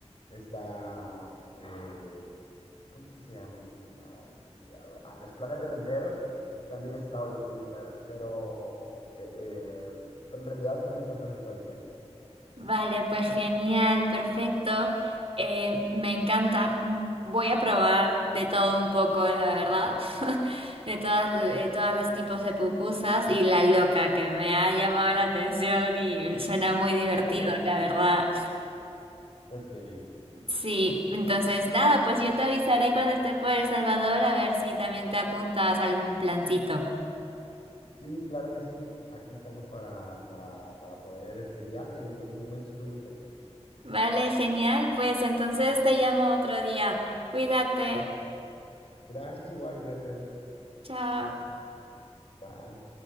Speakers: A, on the left; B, on the right.
A: Está eh, ¿cómo es que se llama este lugar? Me he Olvidado. Ah, los planes de renderos y también está Holocuilta, pero, eh, eh, pero en realidad puedes encontrar en todo el país.
B: Vale, pues genial, perfecto. Eh, me encanta. M- Voy a probar de todo un poco, la verdad. <laughs> De todas, de todas las tipos de pupusas y la loca que me ha llamado la atención y suena muy divertido,
A: <laughs>
B: la verdad.
A: Ok.
B: Sí, entonces nada, pues yo te avisaré cuando esté por El Salvador a ver si también te apuntas a algún plancito.
A: Sí, claro que sí. Aquí estamos para, para, para poder este, guiarte en algún momento si te gustas.
B: Vale, genial. Pues entonces te llamo otro día. Cuídate.
A: Gracias, igual, cuídate.
B: Chao.
A: Bye.